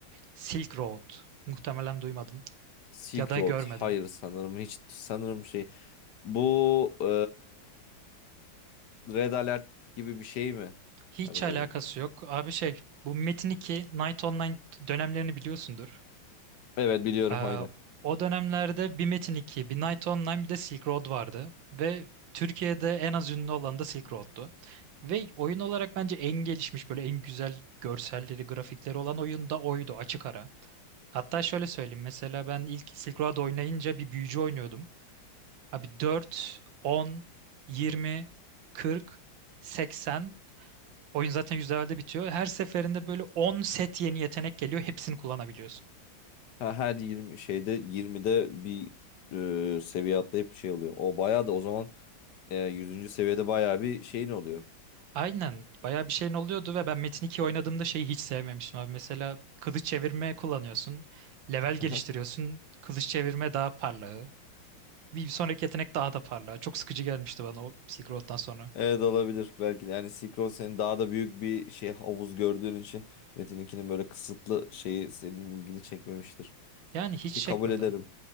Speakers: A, on the right (about 70°); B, on the left (about 65°).
A: Silk Road. Muhtemelen duymadın
B: Silk
A: ya da
B: Road
A: görmedin.
B: hayır sanırım hiç sanırım şey bu e, Red Alert gibi bir şey mi?
A: Hiç
B: Hani
A: alakası
B: böyle.
A: yok. Abi şey bu Metin 2 Night Online dönemlerini biliyorsundur.
B: Evet biliyorum
A: Ee,
B: <laughs> aynen.
A: o dönemlerde bir Metin 2, bir Night Online bir de Silk Road vardı. Ve Türkiye'de en az ünlü olan da Silk Road'tu. Ve oyun olarak bence en gelişmiş böyle en güzel görselleri, grafikleri olan oyun da oydu açık ara. Hatta şöyle söyleyeyim mesela ben ilk Silk Road oynayınca bir büyücü oynuyordum. Abi dört, on, yirmi, kırk, seksen Oyun zaten %50'de bitiyor. Her seferinde böyle 10 set yeni yetenek geliyor. Hepsini kullanabiliyorsun.
B: Ha, her 20 şeyde 20'de bir e, seviye atlayıp bir şey oluyor. O bayağı da o zaman e, 100. seviyede bayağı bir şeyin oluyor.
A: Aynen. Bayağı bir şeyin oluyordu ve ben Metin 2 oynadığımda şeyi hiç sevmemiştim abi. Mesela kılıç çevirme kullanıyorsun. Level geliştiriyorsun.
B: Aha.
A: Kılıç çevirme daha parlağı. Bir sonraki yetenek daha da parlağı. Çok sıkıcı gelmişti bana o Silk Road'dan sonra.
B: Evet olabilir belki de. Yani Silk Road senin daha da büyük bir şey havuz gördüğün için Metin'inkinin böyle kısıtlı şeyi seninkini çekmemiştir.
A: Yani hiç
B: Ki
A: çekmedi.
B: kabul ederim.